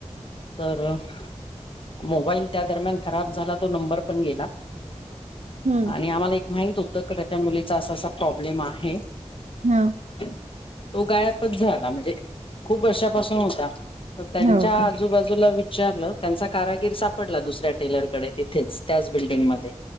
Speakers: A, on the left; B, on the right.
A: तरार मोबाईल त्या दरम्यान खराब झाला तो नंबर पण गेला
B: हम्म
A: आणि आम्हाला एक माहित होतं क त्याच्या मुलीचा असा असा प्रॉब्लेम आहे
B: हा
A: तो गायबच झाला म्हणजे खूप वर्षापासून होता त्यांच्या
B: हो का
A: आजूबाजूला विचारलं त्यांचा कारागीर सापडला दुसऱ्या टेलरकडे तिथेच त्याच बिल्डिंगमध्येध्ये